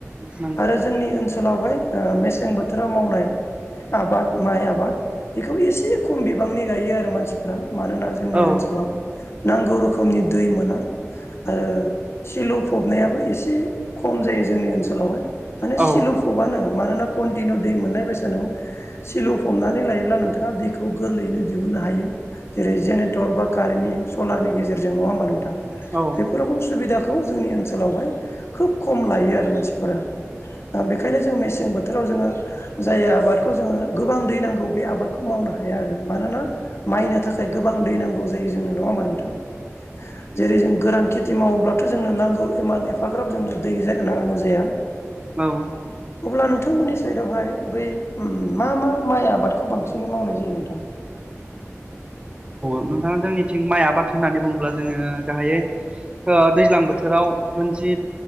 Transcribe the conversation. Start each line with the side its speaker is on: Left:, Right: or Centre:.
Right: नंगौ
Left: आरो जोंनि ओनसोल ओनसोलावहाय मेसें बोथोराव मावनाय आबाद माइ आबाद बेखौ एसे खम बिबांनि गायो आरो मानसिफ्रा मानोना जोंनि
Right: औ
Left: ओनसोलाव नांगौ रोखोमनि दै मोना आरो सिलु फबनायाबो एसे खम जायो जोंनि ओनसोलावहाय माने
Right: औ
Left: सिलु थबानो मानोना कन्टिनिउ दै मोननाय बायसा नोङो सिलौ फबनानै लायोब्ला नोंथाङा दैखौ गोरलैयैनो दिहुननो हायो। जेरै जेनेरेटर बा कारेन्टनि सलारनि गेजेरजों नङा होमबा नोंथां।
Right: औ औ
Left: बेफोर रोखम सुबिदाखौ जोंनि ओनसोलावहाय खोब खम लायो आरो मानसिफोरा बेखायनो जोङो मेसें बोथोराव जोङो जाय आबादखौ जोङो गोबां दै नांगौ बे आबादखौ मावनो हाया आरो मानोना। माइनो थाखाय गोबां दै नांगौ जायो जोंनो नङा होमबा नोंथां। जेरै जों गोरान खेथि मावोब्लाथ' जोंनो नांगौ इमान एफाग्राब जोंनो दै जानांगौ जाया।
Right: औ।
Left: अब्ला नोंथांमोननि साइदआवहाय बै मा मा माइ आबादखौ बांसिनै मावनाय जायो नोंथां।
Right: नोंथाङा जोंनिथिं माइ आबाद होननानै बुङोब्ला जोङो गाहायै दैज्लां बोथोराव रन्जित